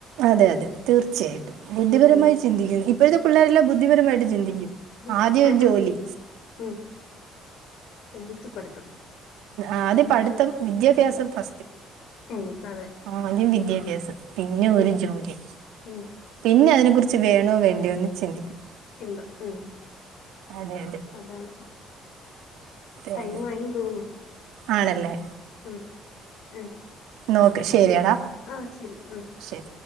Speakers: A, on the right; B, on the left.
A: അതെ അതെ തീർച്ചയായിട്ടും ബുദ്ധിപരമായി
B: ഉം
A: ചിന്തിക്കുന്നു ഇപ്പോഴത്തെ പിള്ളേരെല്ലാം ബുദ്ധിപരമായിട്ട് ചിന്തിക്കും.
B: <unintelligible>
A: ആദ്യം ഒരു ജോലി
B: <unintelligible> എന്നിട്ട് പഠിത്തം.
A: ആദ്യം പഠിത്തം വിദ്യാഭ്യാസം ഫസ്റ്റ്.
B: ഉം അതെ.
A: ആദ്യം വിദ്യാഭ്യാസം പിന്നെ ഒരു ജോലി.
B: ഉം
A: പിന്നെ അതിനെ കുറിച്ച് വേണോ വേണ്ടിയോന്ന് ചിന്തിക്കും.
B: ചിന്ത ഉം
A: അതെ അതെ
B: അതാണ്.
A: പിന്നെ
B: ടൈം ആയീന്ന് തോന്നുന്നു
A: ആണല്ലേ
B: ഉം ഉം.
A: നോക്കെ ശരിയാടാ
B: ആഹ് ശരി ഉം
A: ശരി.